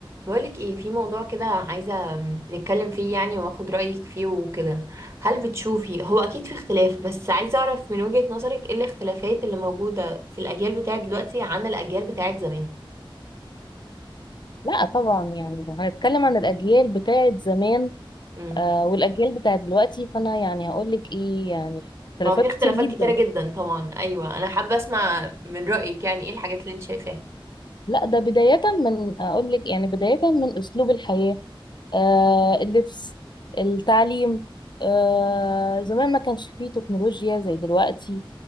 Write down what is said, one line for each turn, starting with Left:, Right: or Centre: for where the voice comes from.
Right: بقولك ايه في موضوع كده عايزة نتكلم فيه يعني واخد رأيك فيه وكده هل بتشوفي هو اكيد في اختلاف بس عايزة اعرف من وجهة نظرك ايه الاختلافات اللي موجودة في الاجيال بتاعت دلوقتي عن الاجيال بتاعت زمان
Left: لا طبعا يعني لو هنتكلم عن الأجيال بتاعت زمان
Right: امم
Left: آه والأجيال بتاعت دلوقتي فأنا يعني هقولك إيه يعني اختلافات
Right: هو في اختلافات
Left: كتير جدا
Right: كتيرة جدا طبعا ايوه انا حابة اسمع من رأيك يعني ايه الحاجات اللي انت شايفاها
Left: لا ده بداية من أقولك يعني بداية من أسلوب الحياة آه اللبس التعليم آه زمان ما كانش فيه تكنولوجيا زي دلوقتي